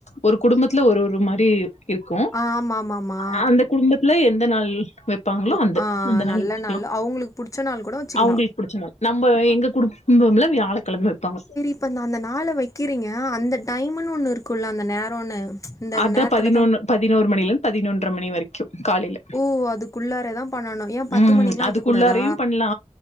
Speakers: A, on the left (about 80°); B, on the left (about 30°).
A: ஒரு குடும்பத்துல ஒரு ஒரு மாரி இருக்கு
B: ஆ ஆமா ஆமா ஆமா
A: ஆனா வந்துட் குடும்பத்துல எந்த நாள் வெப்பாங்களோ
B: ஓ
A: அந்த
B: ஆ
A: அந்த நாள்
B: நல்ல
A: வச்சுக்லா
B: அவங்களுக்கு புடிச்ச நாள் கூட வச்சுக்கலா
A: அவுங்களுக்கு புடிச்ச மாரி நம்ப எங்க குடும்பம்ல வியாழக்கெழம வெப்பாங்க
B: இப்போ நா அந்த நாள வெக்கிறீங்க அந்த டைமுன் ஒன்னு இருக்குல்ல அந்த நேரோன்னு இந்த
A: அதா
B: நேரத்துலதா
A: பதினொன்னு பதினோரு மணிலருந் பதினொன்ற மணி வரைக்கு காலேல
B: ஓ அதுக்குள்ளாரதா பண்ணணு ஏ பத்து
A: ம்
B: மணிக்குலா
A: ம் அதுக்குள்ளாரையு
B: வைக்க கூடாதா
A: பண்லா